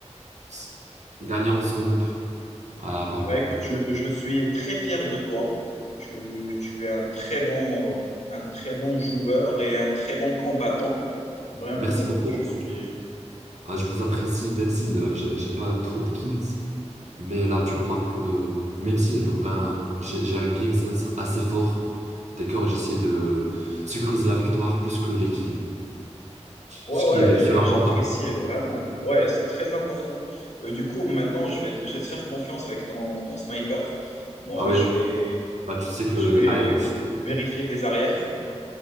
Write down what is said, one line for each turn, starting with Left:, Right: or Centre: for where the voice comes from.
Right: s- gagnante sans doute. Voilà, apparemment.
Left: Bah écoute, je, je suis très fier de toi. Tu, tu es un très bon, euh, un très bon joueur et un très bon combattant. Vraiment,
Right: Merci
Left: euh,
Right: beaucoup.
Left: je suis...
Right: Ah, je vous apprécie, même si euh, j'ai j'ai pas trop de kills. Mais là, tu remarques que même si j'aurais un- j'ai j'ai un game sense assez fort, d'accord, j'essaie de sécuriser la victoire plus que les kills.
Left: Ouais,
Right: Ce qui
Left: ouais,
Right: est bien sûr
Left: j'ai-
Right: important.
Left: j'apprécie vraiment. Ouais, c'est très important. Euh, du coup, maintenant, je vais, te- je vais te faire confiance avec ton, ton sniper. Moi,
Right: Ah ouais,
Left: je vais,
Right: bah, tu sais que
Left: je vais
Right: ah, euh, je-
Left: vérifier tes arrières.